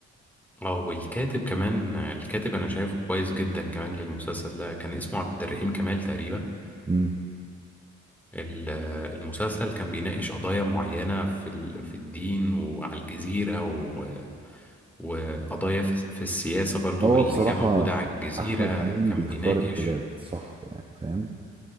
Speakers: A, in the centre; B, on the right.
A: اه والكاتب كمان الكاتب أنا شايفه كويس جدا كمان للمسلسل ده كان اسمه عبد الرحيم كمال تقريبا
B: امم
A: ال- المسلسل كان بيناقش قضايا معينة في ال- في الدين وعلى الجزيرة و- وقضايا في في السياسة برضو
B: هو
A: اللي
B: بصراحة
A: هي موجودة على الجزيرة
B: أحمد أمين
A: كان
B: بيختار
A: بيناقش
B: الحاجات صح يعني فاهم